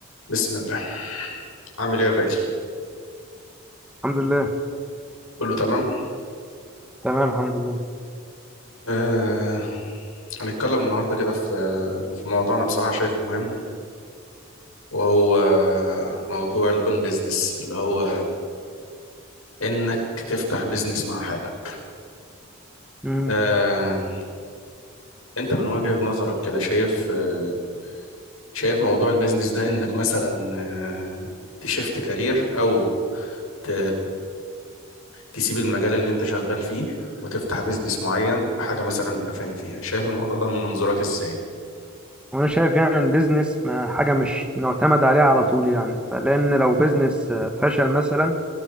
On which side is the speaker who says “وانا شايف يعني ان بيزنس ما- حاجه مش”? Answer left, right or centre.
Centre